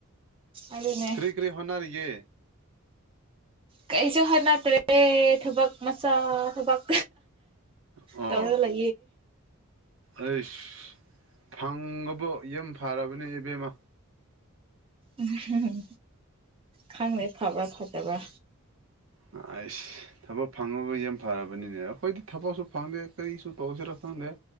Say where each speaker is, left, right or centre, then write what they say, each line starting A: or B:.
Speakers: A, on the right; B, on the right.
A: ꯑꯗꯨꯅꯦ
B: ꯀ꯭ꯔꯤ ꯀ꯭ꯔꯤ ꯍꯅ ꯌꯦ
A: ꯀꯩꯁꯨ ꯍ ꯅꯠꯇ꯭ꯔꯦꯦ ꯊꯕꯛ ꯃꯁꯥ ꯊꯕꯛ
B: ꯑꯣ
A: ꯆꯥꯎꯧꯔꯒ ꯂꯦ
B: ꯑꯩꯁ ꯐꯪꯉꯕꯣ ꯌꯥꯝ ꯐꯔꯕꯅꯦ ꯏꯕꯦꯝꯃ
A: ꯎꯝ ꯈꯪꯅꯦ ꯐꯕ꯭ꯔꯥ ꯐꯠꯇꯕ꯭ꯔꯥ
B: ꯑꯁ ꯊꯕꯛ ꯐꯪꯉꯕ ꯌꯥꯝ ꯐꯔꯕꯅꯤꯅꯦ ꯑꯩꯈꯣꯏꯗꯤ ꯊꯕꯛꯁꯨ ꯐꯪꯗꯦ ꯀꯔꯤꯁꯨ ꯇꯧꯁꯤꯔ ꯈꯪꯗꯦ